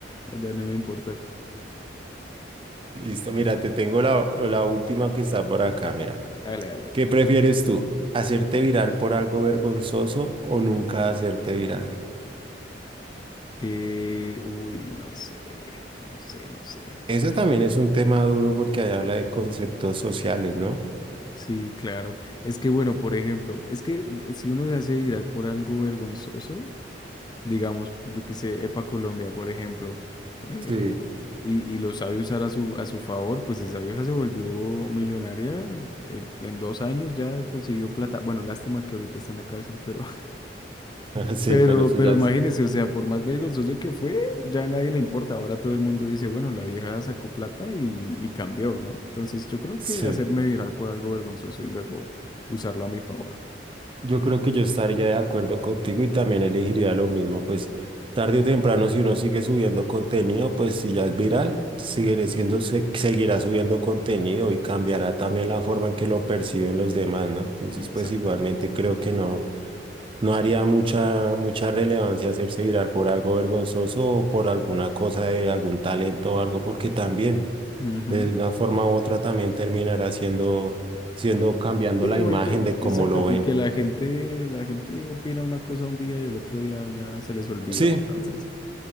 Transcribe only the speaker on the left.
La verdad no me importa.
Dale, dale.
Eh, uy, no sé, no sé, no sé.
Sí, claro. Es que, bueno, por ejemplo, es que eh, si uno se hace viral por algo vergonzoso, digamos, yo que sé, Epa Colombia, por ejemplo, eh,
eh, y, y lo sabe usar a su, a su favor, pues esa vieja se volvió millonaria, eh, en dos años ya consiguió plata. Bueno, lástima que ahorita está en la cárcel, pero
pero,
pero
imagínese,
o sea, por más vergonzoso que fue, ya a nadie le importa. Ahora todo el mundo dice, bueno, la vieja sacó plata y, y cambió, ¿no? Entonces yo creo
que hacerme viral por algo vergonzoso y luego usarlo a mi favor.
Mm,
Exacto.
Ujú.
Sí, igual
que,
exacto,
y que la gente, la gente opina una cosa un día y el otro día ya se les olvidó,
entonces.